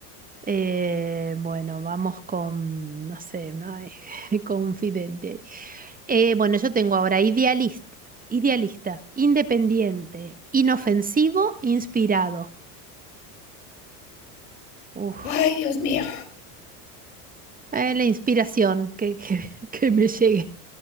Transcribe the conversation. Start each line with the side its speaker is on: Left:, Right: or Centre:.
Right: Eh, bueno, vamos con, no sé, no ay, <laughs> confidente. Eh, bueno, yo tengo ahora idealista, idealista, independiente, inofensivo, inspirado. Uf,
Left: Ay, Dios mío.
Right: eh, la inspiración que, que- <laughs> que me llegue,